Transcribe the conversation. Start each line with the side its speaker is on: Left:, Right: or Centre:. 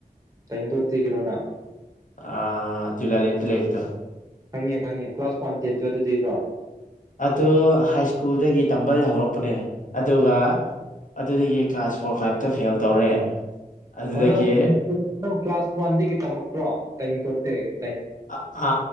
Right: ꯇꯥꯏ ꯇꯣ ꯊꯤ ꯀꯔꯣꯅ
Left: ꯑ ꯖꯨꯂꯂ ꯑꯦꯗꯤ ꯂ ꯂꯩꯕꯗꯣ
Right: ꯈꯪꯉꯦ ꯈꯪꯉꯦ ꯀ꯭ꯂꯥꯁ ꯋꯥꯟ ꯇꯦꯟꯁꯨ ꯑꯗꯨꯗꯒꯤꯔꯣ
Left: ꯑꯗꯨ ꯍꯥꯏ ꯁ꯭ꯀꯨꯜꯗꯒꯤ ꯇꯝꯕ ꯍꯧꯔꯛꯄ ꯄ꯭ꯔꯦ ꯑꯗꯨꯒ ꯑꯗꯨ ꯀ꯭ꯂꯥꯁ ꯐꯣꯔ ꯐꯥꯏꯚꯇ ꯐꯦꯜ ꯇꯧꯔꯦ ꯑꯗꯨꯗꯒꯤ
Right: ꯑꯣ ꯅꯪ ꯅꯪ ꯀ꯭ꯂꯥꯁ ꯋꯥꯟꯗꯒꯤ ꯇꯝꯂꯄ꯭ꯔꯣ ꯀꯩꯅ ꯇ
Left: ꯑꯥ